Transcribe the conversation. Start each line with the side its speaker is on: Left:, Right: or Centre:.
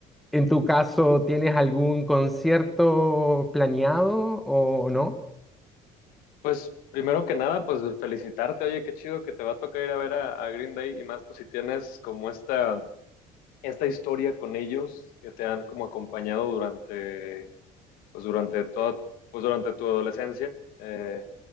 Centre: en tu caso tienes algún concierto planeado o no,
Left: Pues primero que nada, pues felicitarte. Oye, qué chido que te va a tocar ir a ver a, a Green Day y más pues si tienes como esta, esta historia con ellos que te han como acompañado durante, pues durante toda, pues durante tu adolescencia. Eh,